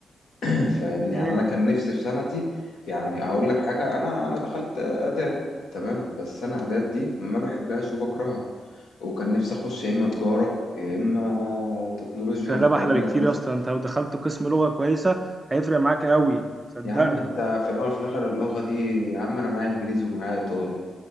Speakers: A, on the left (about 70°); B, on the right (about 15°).
A: <clears throat> فاهمني
B: امم
A: يعني انا كان نفسي في سنتي يعني هقول لك حاجه انا انا دخلت اداب تمام بس انا اداب دي ما بحبهاش وبكرهها وكان نفسي اخش يا اما تجاره يا اما تكنولوجيا
B: بس ده
A: ومعلومات
B: احلى بكتير
A: مثلا
B: يا اسطى انت لو دخلت قسم لغه كويسه هيفرق معاك قوي صدقني
A: يا عم انت في الاول في الاخر اللغه دي يا عم انا معايا انجليزي ومعايا ايطالي